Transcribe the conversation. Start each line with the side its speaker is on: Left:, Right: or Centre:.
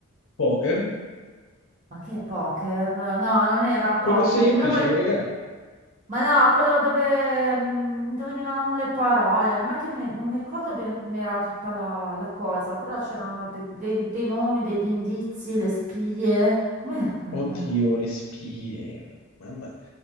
Left: Poker?
Right: Ma che poker? No, non era poker,
Left: Quello semplice,
Right: quello con le...
Left: collega.
Right: Ma no, quello dove, mm, dove venivano le parole, non è che mi, non mi ricordo bene com'era tutta la, la cosa, però c'erano de- de- dei nomi, degli indizi, le spie. Com'era quella
Left: Oddio,
Right: roba là?
Left: le spie. Mamma.